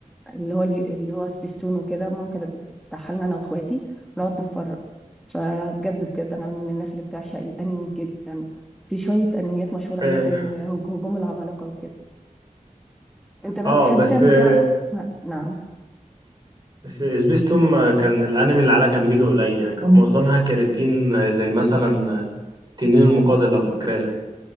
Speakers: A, in the centre; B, on the right.
A: اللي هو اللي هو سبيستون وكده ماما كانت بتفتحها لنا أنا وأخواتي ونقعد نتفرج فبجد بجد أنا من الناس اللي بتعشق الأنمي جدا في شوية أنميات مشهورة
B: اه
A: قوي زي هجوم العمالقة وكده أنت بقى
B: آه،
A: بتحب
B: بس
A: تعمل
B: آه،
A: إيه آه، نعم
B: بس سبيستون آه، كان الانمي اللي عليها كان بيجي قليل يعني كان معظمها كراتين آه، زي مثلا آه، تنين المقاتل لو فاكراها